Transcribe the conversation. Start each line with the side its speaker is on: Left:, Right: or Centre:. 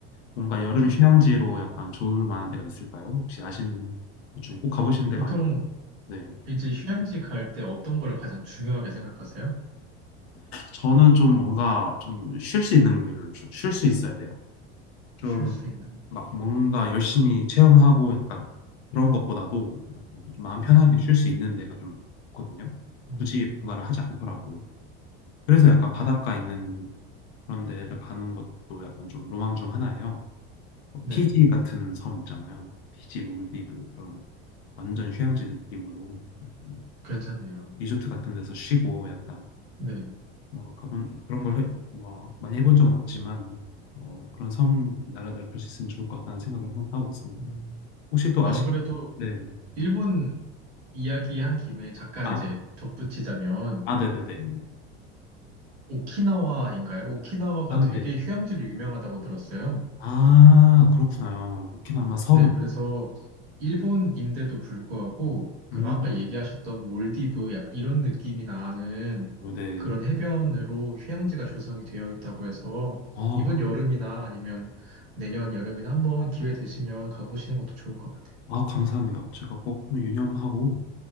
Left: 뭔가 여름
Right: 네.
Left: 휴양지로 약간 좋을 만한 데가 있을까요? 혹시 아시는 것 중에 꼭 가보신 데가
Right: 보통
Left: 아닌데
Right: 이제 휴양지 갈 때 어떤 걸 가장 중요하게 생각하세요?
Left: 저는 좀 뭔가 좀 쉴 수 있는 길을 쉴 수 있어야 돼요. 좀
Right: 쉴 수 있는
Left: 막
Right: 거.
Left: 뭔가 열심히 체험하고 약간 그런 것보다도 약간 좀 마음 편하게
Right: 네.
Left: 쉴 수 있는 데가 좀 있거든요.
Right: 음,
Left: 굳이 뭔가를 하지 않더라도. 그래서 약간 바닷가 있는 그런 데를 가는 것도 약간 좀 로망 중 하나예요. 뭐
Right: 네.
Left: 피지 같은 섬 있잖아요. 피지, 몰디브 그런 완전 휴양지 느낌으로 약간
Right: 괜찮네요.
Left: 리조트 같은 데서 쉬고 약간
Right: 네.
Left: 뭐 가본 그런 걸 해- 뭐 많이 해본 적은 없지만 어, 그런 섬 나라들을 볼 수 있으면 좋을 것 같다는 생각을 항상 하고 있습니다.
Right: 음,
Left: 혹시 또
Right: 안
Left: 아시
Right: 그래도
Left: 네.
Right: 일본 이야기한 김에 잠깐
Left: 아,
Right: 이제 덧붙이자면
Left: 아, 네네네.
Right: 오키나와인가요? 오키나와가
Left: 아,
Right: 되게
Left: 네.
Right: 휴양지로 유명하다고 들었어요.
Left: 아, 그렇구나요. 오키나와 섬.
Right: 네, 그래서 일본인데도 불구하고 그
Left: 음,
Right: 아까 얘기하셨던 몰디브 약간 이런 느낌이 나는
Left: 어, 네.
Right: 그런 해변으로 휴양지가 조성이 되어 있다고 해서
Left: 아,
Right: 이번
Left: 그렇
Right: 여름이나 아니면 내년 여름이나 한번 기회 되시면 가보시는 것도 좋을 것 같아요.
Left: 아, 감사합니다. 제가 꼭 한번 유념하고